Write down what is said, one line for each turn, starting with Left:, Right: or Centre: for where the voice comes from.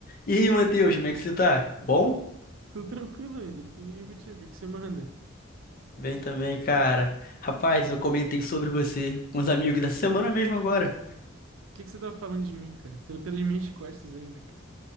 Left: E aí, Matheus, como é que você tá? Bom?
Right: Tudo tranquilo ainda. Ele pediu contigo. O que que você manda?
Left: Bem também, cara. Rapaz, eu comentei sobre você com os amigos da semana mesmo agora.
Right: O que que você tá falando de mim, cara? Pelo, pelas minhas costas ainda, cara.